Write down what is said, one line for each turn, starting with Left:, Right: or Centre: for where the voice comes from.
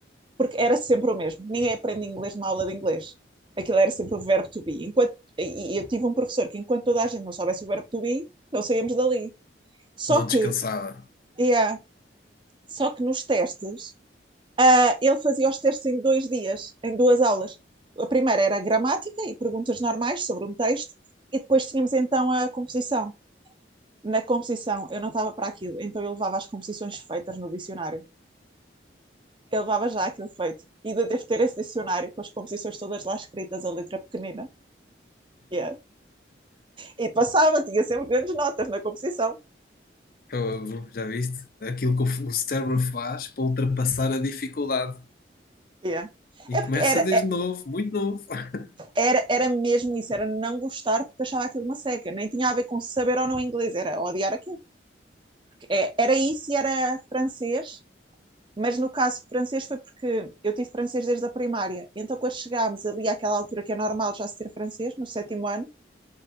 Right: porque era sempre o mesmo. Ninguém aprende inglês numa aula de inglês. Aquilo era sempre o verbo to be. Enquanto, e eu tive um professor que enquanto toda a gente não soubesse o verbo to be, não saíamos dali. Só
Left: Não
Right: que,
Left: descansava.
Right: yeah, só que nos testes Ah, ele fazia os testes em dois dias, em duas aulas. A primeira era a gramática e perguntas normais sobre um texto, e depois tínhamos então a composição. Na composição, eu não estava para aquilo, então eu levava as composições feitas no dicionário. Eu levava já aquilo feito. E ainda devo ter esse dicionário com as composições todas lá escritas, a letra pequenina. Yeah. E passava, tinha sempre grandes notas na composição.
Left: Fogo, Já viste? Aquilo que o, f- o cérebro faz para ultrapassar a dificuldade.
Right: Yeah.
Left: E
Right: É
Left: começa
Right: porque era,
Left: desde
Right: é,
Left: novo, muito novo. <laughs>
Right: era, era mesmo isso, era não gostar porque achava aquilo uma seca. Nem tinha a ver com saber ou não inglês, era odiar aquilo. É, era isso e era francês, mas no caso francês foi porque eu tive francês desde a primária. Então, quando chegámos ali àquela altura que é normal já se ter francês, no sétimo ano,